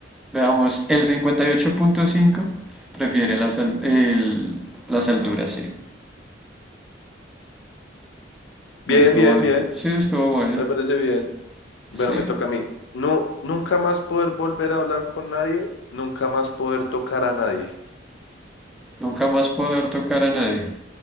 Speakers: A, in the centre; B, on the left.
A: Veamos, el 58.5 prefiere las, al- el- las alturas, sí.
B: Bien,
A: No estuvo,
B: bien, bien.
A: sí, estuvo bueno.
B: Me parece bien. Bueno,
A: Sí,
B: me toca a mí. No, nunca más poder volver a hablar con nadie, nunca más poder tocar a nadie.
A: nunca más poder tocar a nadie.